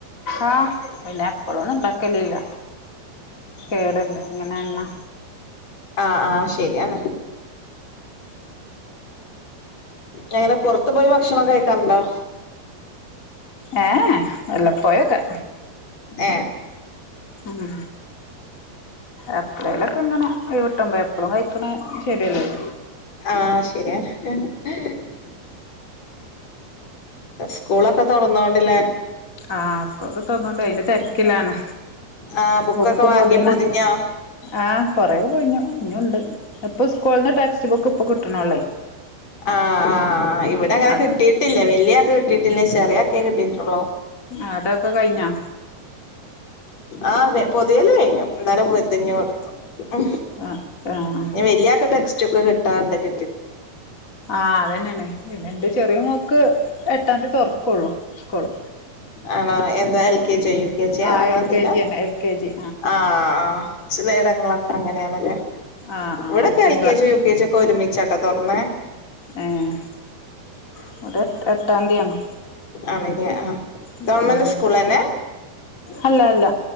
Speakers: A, on the left (about 25°); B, on the left (about 40°).
A: ആ പിന്നെ എപ്പളൊന്നും ഇണ്ടാക്കലില്ല കേടല്ലെ ഇങ്ങനെന്നാ
B: ആ ആ ശരിയാണ് എങ്ങനെ പുറത്ത് പോയി ഭക്ഷണം കഴിക്കാറുണ്ടോ
A: ഏ വല്ലപ്പോഴോക്കെ
B: ഏ
A: മ് എപ്പോഴേലൊക്കെ ങ്ങനെ ഇവി ഡ്രം പോയപ്പുളും കഴിക്കണ് ശരിയല്ലല്ലോ
B: ആ ശരിയ <unintelligible> സ്കൂളൊക്കെ തൊറന്നോണ്ട്ല്ലേ
A: ആ സ്കൂള് തോറന്നോണ്ട് അയിന്റെ തിരക്കിലാണ്
B: ആഹ് ബുക്കൊക്കെ
A: ബുക്ക്
B: വാങ്ങി
A: പൊതീണ
B: പൊതിഞ്ഞോ
A: ആ കൊറെ പോയിഞ്ഞു ഞ്ഞുണ്ട് എപ്പൊ സ്കൂളിന്ന് ടെക്സ്റ്റ് ബുക്കും പ്പ കിട്ടണോളെ
B: ആ ആ ഇവിടെ അങ്ങനെ
A: അത്
B: കിട്ടിട്ടില്ല വലിയാക്ക്‌ കിട്ടി കില്ലേ ചെറിയക്കെ കിട്ടിട്ടുള്ളൂ
A: അതൊക്കെ കഴിഞ്ഞോ
B: ആഹ് പൊതിയല് കഴിഞ്ഞു ഇന്നലെ പൊതിഞ് കൊടുത്തു ഉം
A: ആഹ് ആഹ്
B: വല്യായക്ക ട്ടെ <unintelligible> കിട്ടാണ്ട് <unintelligible>
A: ആഹ് അതെന്നേണ് പിന്നെ എന്റെ ചെറിയ മോക്ക് എ ട്ടാംതി തൊറക്കുള്ളൂ സ്കൂള്.
B: ആണോ എന്താ എൽ കെ ചെയ്യും കേജിയാ
A: ആഹ്
B: അങ്ങനെന്തെങ്കിലുവാ
A: എൽ കെ ജി തന്നെ എൽ കെ ജി
B: ആഹ് ആ ചില എടങ്ങളൊക്കെ അങ്ങനെയണാല്ലേ
A: ആഹ് ആഹ്
B: ഇവിടൊക്കെ
A: തിങ്കള
B: എൽ കെ ജി യു കെ ജി ഒക്കെ ഒരുമിച്ചാട്ടോ തൊറന്നേ
A: ഏഹ് ഇവടെ എട്ട് എ ട്ടാൻതിയാണ്
B: ആണല്ലേ ആഹ്
A: ഉം
B: ഗവൺമെന്റ് സ്കൂൾ തന്നെ
A: അല്ല അല്ല